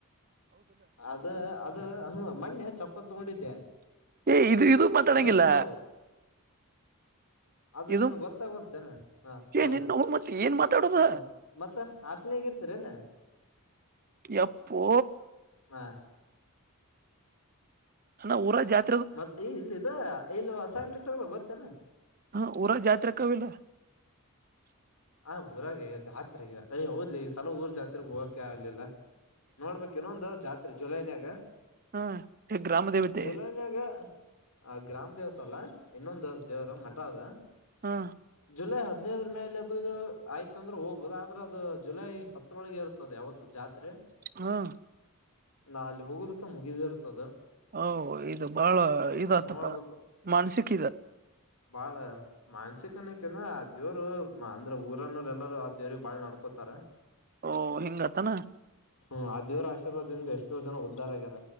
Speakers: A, on the left; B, on the right.
A: ಅದ ಅದ ಹ್ಮ ಮ್ಣೆ ಚಪ್ಪತಿ ತಗೊಂಡಿದ್ದೆ
B: ಏ ಇದು ಇದು ಮಾತಾಡಂಗಿಲ್ಲ
A: ಅರೇಗ್ ಮುಂದ ಅದು
B: ಇದು
A: ನೀನ್ ಗೊತ್ತಾಗೊಲ್ತೇನಾ ಹ ಹ
B: ಏ ನಿನ್ನ ಮತ್ ಏನ್ ಮಾತಾಡೋದ
A: ಮತ್ತ ಹಾಸನಗ ಇರ್ತೀರೇನಾ
B: ಯಪ್ಪೋ
A: ಹಾ
B: ಅ ಊರ ಜಾಸ್ತಿ
A: ಮತ್ತೆ ಇಲ್ಲದು ಇಲ್ಸ ಅಂಗಡಿ ತಗದ ಗೊತ್ತೇನಾ
B: ಹ ಊರ ಜಾತ್ರೆ ಅಕ್ಕವಿಲ್ಲ
A: ಹ ಊರಾಗ ಜಾತ್ರೆಗೆ ಅಯ ಹೌದ್ಲಿ ಸಲ ಊರ್ ಜಾತ್ರೆಗ್ ಹೋಗಕ ಯ ಆಗ್ಲಿಲ್ಲ ನೋಡ್ಬೇಕೇನೊ ಒಂದು ಜಾತಿ ಅ ಜುಲೈನ್ಯಾಗ
B: ಹ್ಮ ಗ್ರಾಮದೇವತೆ
A: ಜುಲೈನ್ಯಾಗ ಆ ಗ್ರಾಮ ದೇವ ಲ್ಲ ಇನ್ನೊಂದು ದೇವರು ಮಠ ಅದ
B: ಹಾ
A: ಜುಲೈ ಹತ್ತು ಇದ್ರ ಮೇಲೆ ಅ ಆಯ್ತಂದ್ರೆ ಹೋಗಬದ ಆದ್ರ ಅದು ಜುಲೈ ಹತ್ತರೊಳಗೆ ಇರ್ತದೆ ಯಾವತ್ತು ಜಾತ್ರೆ
B: ಹಾ
A: ನಾಾಲ ಹೋಗದಕ್ಕೆ ಮುಗಿದಿ ಇರ್ತದ
B: ಹ ಇದು ಬಹಳ ಇದತ್ತಪ್ಪ
A: ನೋಡ್ಬೇಕು
B: ಮಾನ್ಸಿಿಕ
A: ಬಾಳ ಮಾನಸಿಕನಿಕನು ಅ ದೇವರು ಹಾ ಅಂದ್ರೆ ಊರನ್ನೋ್ರ ಎಲ್ಲಾರೂ ದೇವ್ರಿಗೆ ಬಾಳ ನಡ್ಕೋತಾರೆ
B: ಓ ಹಿಂಗತಾನ
A: ಹ್ಮ್ ಅದ ದೇವರ ಆಶೀರ್ವಾದಿಂದ ಎಷ್ಟೋ ಜನ ಬಾರರ ಗಾರ